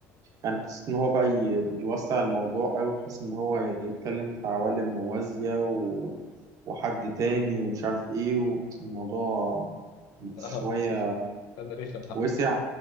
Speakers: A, on the right; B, on the left.
A: يعني قصة إن هو بقى ي- يوسع الموضوع أوي بحيث إن هو يتكلم في عوالم موازية و... وحد تاني ومش عارف إيه والموضوع شوية
B: اه انا رخم حب
A: وسع